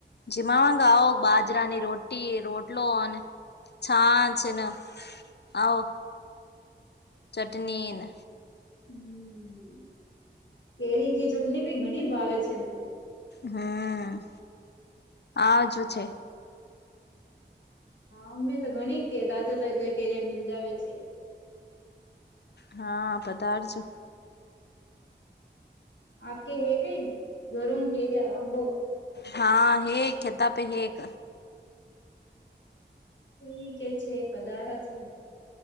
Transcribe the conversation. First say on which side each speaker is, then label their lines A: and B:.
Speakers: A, on the left; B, on the left.
A: જીમાવાગ આવ બાજરાની રોટી રોટલો અને, છાં છે ને આવો ચટની
B: હમ કેરી કે ચટણી ભી ઘણી ભાવે છેમ.
A: હમ આજો છે.
B: હા અમે તો ઘણી કે તાજા તાજા કેયા મિલજાવે છે.
A: હા પધારજો
B: આપ કે હે કઈ ઘરમ કેર્યા અંબો.
A: હા હે ખેતા પે હે એક.
B: ઠીક છે પધારા છે.